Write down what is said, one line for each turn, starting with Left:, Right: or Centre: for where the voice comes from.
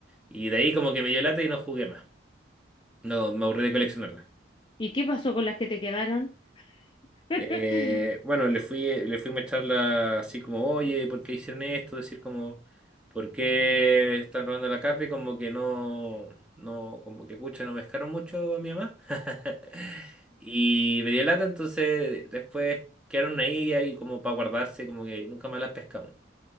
Centre: Y de ahí como que me dio lata y no jugué más. No, me aburrí
Left: ¿Y,
Centre: de coleccionarlas.
Left: y qué pasó con las que te quedaron? <laughs>
Centre: Eh, bueno, le fui, le fuimos a echar la, así como, oye, ¿por qué hicieron esto? Decir como, ¿por qué están robando la carta? Y como que no, no, como que pucha, no pescaron mucho a mi mamá. <laughs> Y me dio lata, entonces después quedaron ahí, ahí como para guardarse, como que nunca más las pescamos.